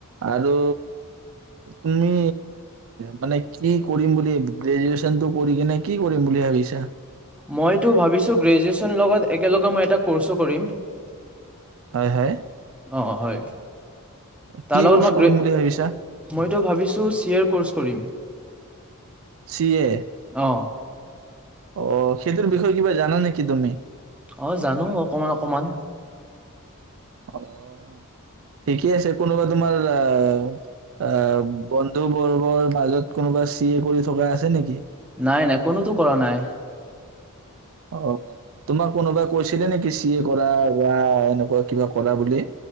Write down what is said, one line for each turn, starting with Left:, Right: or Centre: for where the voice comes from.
Right: আৰু তুমি মানে কি কৰিম বুলি গ্ৰেজুুৱেচন টো কৰি কিনে কি কৰিম বুলি ভাবিছা?
Centre: মইতো ভাবিছো গ্ৰেজুৱেচন লগত একেলগে মই এটা ক'ৰ্ছো কৰিম অ',
Right: হয় হয়।
Centre: হয়।
Right: কি
Centre: তাৰ লগত
Right: কৰ্চ
Centre: মই
Right: কৰিম
Centre: গ্ৰে
Right: বুলি ভাবিছা?
Centre: মইতো ভাবিছোঁ চি এৰ কৰ্চ কৰিম।
Right: চি এ
Centre: অ
Right: অ', সেইটোৰ বিষয়ে কিবা জানা নেকি তুমি?
Centre: অ', জানো অকমান অকমান।
Right: অ', ঠিকেই আছে। কোনোবা তোমাৰ আ, আ, বন্ধু বৰ্গৰ মাজত কোনোবা চি এ কৰি থকা আছে নেকি?
Centre: নাই, নাই কোনোটো কৰা নাই।
Right: অ', তোমাক কোনোবাই কৈছিলে নেকি? চি এ কৰা বা এনেকুৱা কিবা কৰা বুলি?